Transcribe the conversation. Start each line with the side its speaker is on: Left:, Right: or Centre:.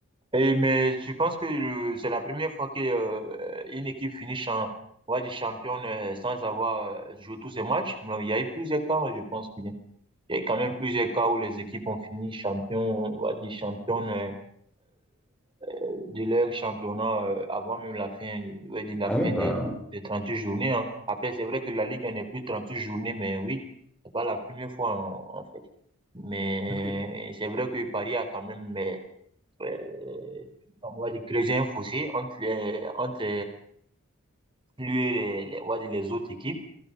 Right: Et, mais tu penses que le- c'est la première fois que euh, une équipe finit champ, on va dire championne euh, sans avoir euh, joué tous ses matchs? Non, il y a eu plusieurs cas, je pense. Il y a quand même plusieurs cas où les équipes ont fini champion, on va dire championne euh, euh, de leur championnat euh, avant même la fin, on va dire la
Centre: Ah
Right: fin
Centre: ouais, bah,
Right: des, des huit journées. hein. Après, c'est vrai que la Ligue elle n'est plus 38 journées, mais oui, c'est pas la première fois en, en fait. Mais
Centre: Ok,
Right: c'est vrai que Paris a quand même, mais, euh, on va dire, creusé un fossé entre les, entre lui et les, les, on va dire, les autres équipes.